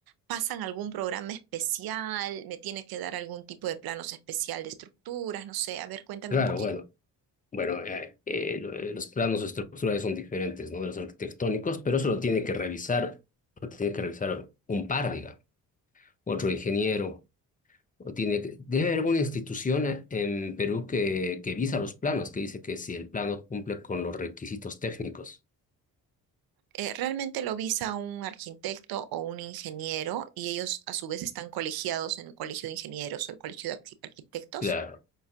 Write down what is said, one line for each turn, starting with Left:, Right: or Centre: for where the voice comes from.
Right: ¿Pasan algún programa especial? ¿Me tiene que dar algún tipo de planos especial de estructuras? No sé, a ver, cuéntame
Left: Claro,
Right: un poquito.
Left: bueno, bueno, eh, eh, lo- eh, los planos estructurales son diferentes, ¿no? De los arquitectónicos, pero eso lo tiene que revisar, lo tiene que revisar un par, digamos, otro ingeniero, o tiene que- debe haber alguna institución eh, en Perú que, que visa los planos, que dice que si el plano cumple con los requisitos técnicos.
Right: eh, realmente lo visa un arquitecto o un ingeniero y ellos a su vez están colegiados en el colegio de ingenieros o el colegio de arqui- arquitectos.
Left: Claro.